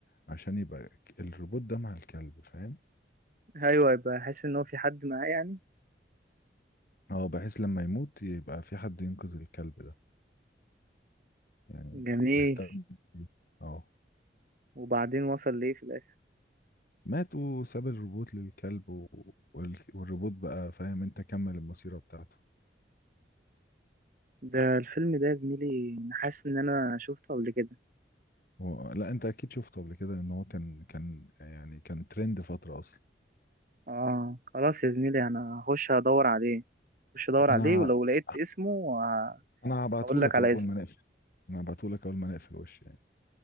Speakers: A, on the left (about 50°); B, on the right (about 45°).
A: عشان يبقى ك- الروبوت ده مع الكلب فاهم
B: ايوه يبقى حاسس ان هو في حد معاه يعني
A: اه بحيث لما يموت يبقى في حد ينقذ الكلب ده يعني
B: جميل
A: يهتم بيه اه
B: وبعدين وصل ليه في الاخر
A: مات وساب الروبوت للكلب و... وال- والروبوت بقى فاهم انت كمل المسيرة بتاعته
B: ده الفيلم ده يا زميلي أنا حاسس ان انا شفته قبل كده
A: هو... لا انت اكيد شفته قبل كده ان هو كان كان يعني كان ترند فترة اصلا
B: اه خلاص يا زميلي انا هخش ادور عليه هخش ادور عليه
A: انا
B: ولو
A: ه-
B: لقيت اسمه ه-
A: انا هبعته
B: هقول لك
A: لك
B: على
A: اول
B: اسمه
A: ما نقفل انا هبعته لك اول ما نقفل وش يعني